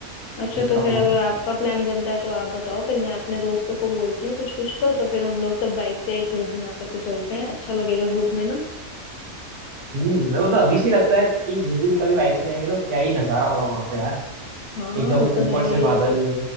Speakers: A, on the left (about 75°); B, on the right (about 80°).
A: अच्छा
B: ट्रिप
A: तो
B: का
A: फिर
B: प्लान
A: अगर आपका प्लान बनता है तो आप बताओ फिर मैं अपने दोस्तों को बोलती हूँ कुछ कुछ का तो फिर हम लोग सब बाइक से एक ग्रुप बना करके चलते हैं अच्छा लगेगा ग्रुप में ना
B: हम्म मेरे को तो अभी से ही लगता है कि जिस दिन कभी बाइक से जाएंगे तो क्या ही नजारा होगा वहां पे यार
A: हाँ
B: एकदम
A: वो तो
B: ऊपर
A: है
B: से
A: ही
B: बादल